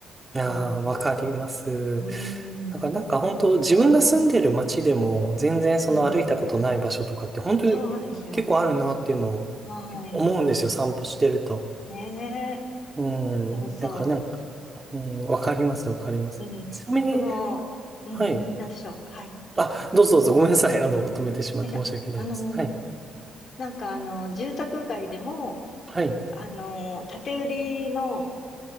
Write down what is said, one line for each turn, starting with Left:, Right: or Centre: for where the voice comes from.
Right: いやー、
Left: うん。
Right: わかります。
Left: う
Right: だからなんか本当自分が住んでる街でも全然その歩いたことない場所とかって本当に結構あるなっていうのを
Left: ん。うん。そうですよ。はい。
Right: 思うんですよ、散歩してると。
Left: ねえ。
Right: う
Left: そうそ
Right: ん。だからなんか、うん、わかります、わかります。
Left: う。うん。
Right: ちなみに、
Left: その、うん。
Right: はい。
Left: なんでしょう。はい。
Right: あ、どうぞどうぞ、ごめんなさい。あの、
Left: うん。
Right: 止めてしまって申し訳ないです。
Left: いや、あのー
Right: はい。
Left: なんかあの、住宅街でも、
Right: はい。
Left: あのー建て売りの、